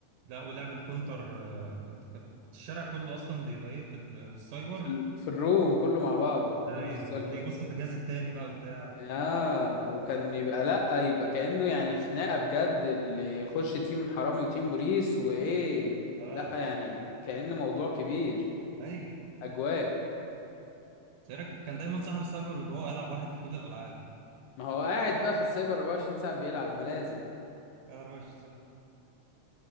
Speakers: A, on the right (about 75°); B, on the left (about 75°).
A: لا ولعبه كونتر آه، كنت كنت كنت الشارع كله اصلا بيبقى ايه في ال- في السايبر
B: في, ال... في الروم كله مع بعضه
A: ايوه
B: كله في السيرفر
A: واللي يبص في الجهاز التاني بقى وبتاع
B: يا
A: الحاجات دي
B: وكان
A: <laughs>
B: يبقى لأ يبقى كأنه يعني خناقة بجد اللي يخش تيم حرامي وتيم بوليس وإيه
A: اه
B: لأ يعني كأنه موضوع كبير
A: ايوه
B: أجواء
A: شارك كان دايما صاحب السايبر بيبقى هو ألعب واحد في كل الألعاب
B: ما هو قاعد بقى في السايبر 24 ساعة بيلعب
A: لا، هو
B: ما لازم
A: قاعد 24 ساعة